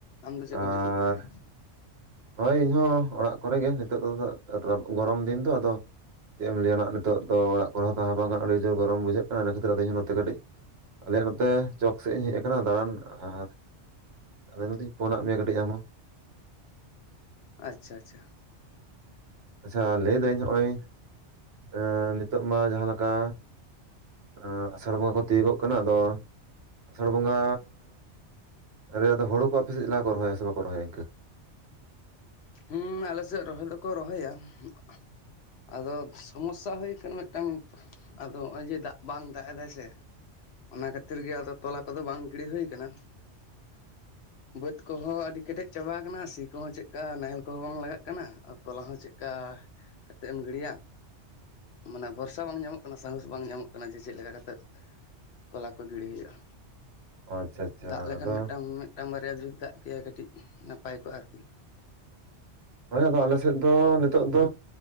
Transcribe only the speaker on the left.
ᱟᱢ ᱫᱚ ᱪᱮᱫ ᱠᱚᱢ
ᱪᱤᱠᱟᱹ ᱵᱟᱲᱟᱭ ᱮᱜ-ᱟ᱾
ᱟᱪᱪᱷᱟ ᱟᱪᱪᱷᱟ
ᱦᱩᱸ ᱟᱞᱮ ᱥᱮᱫ ᱨᱚᱦᱚᱭ ᱫᱚᱠᱚ ᱨᱚᱦᱚᱭᱟ ᱦᱩᱸᱼᱟ ᱟᱫᱚ ᱥᱚᱢᱚᱥᱥᱟ ᱦᱩᱭ ᱠᱟᱱᱟ ᱢᱤᱫᱴᱟᱝ ᱟᱫᱚ ᱦᱚᱜ-ᱚᱭ ᱡᱮ ᱫᱟᱜ ᱵᱟᱝ ᱫᱟᱜ ᱮᱫᱟᱭ ᱥᱮ ᱚᱱᱟ ᱠᱷᱟᱹᱛᱤᱨ ᱜᱮ ᱟᱫᱚ ᱛᱚᱞᱟ ᱠᱚᱫᱚ ᱵᱟᱝ ᱜᱤᱲᱤ ᱦᱩᱭ ᱠᱟᱱᱟ ᱵᱟ‍ᱹᱛ ᱠᱚᱦᱚ ᱟᱹᱰᱤ ᱠᱮᱴᱮᱡ ᱪᱟᱵᱟ ᱠᱟᱱᱟ ᱥᱤ ᱠᱚᱦᱚᱸ ᱪᱮᱫ ᱚᱝᱠᱟ ᱱᱟᱦᱮᱞ ᱠᱚᱦᱚᱸ ᱵᱟᱝ ᱞᱟᱜᱟᱜ ᱠᱟᱱᱟ ᱛᱚᱞᱟ ᱦᱚᱸ ᱪᱮᱫ ᱠᱟ ᱠᱟᱛᱮᱫ ᱮᱢ ᱜᱤᱲᱤᱣᱟ᱾ ᱢᱟᱱᱮ ᱵᱷᱚᱨᱥᱟ ᱵᱟᱝ ᱧᱟᱢᱚᱜ ᱠᱟᱱᱟ ᱥᱟᱦᱚᱥ ᱵᱟᱝ ᱧᱟᱢᱚᱜ ᱠᱟᱱᱟ ᱡᱮ ᱪᱮᱫ ᱞᱮᱠᱟ ᱠᱟᱛᱮᱫ ᱛᱚᱞᱟ ᱠᱚ ᱜᱤᱲᱤ ᱦᱩᱭᱩᱜ-ᱟ᱾
ᱫᱟᱜ ᱞᱮᱠᱷᱟᱱ
ᱢᱤᱫᱴᱟᱝ ᱢᱤᱫᱴᱟᱝ ᱵᱟᱨᱭᱟ ᱡᱩᱫᱤ ᱫᱟᱜ ᱠᱮ-ᱟᱭ ᱠᱟᱹᱴᱤᱡ ᱱᱟᱯᱟᱭ ᱠᱚᱜ-ᱟ ᱟᱨᱠᱤ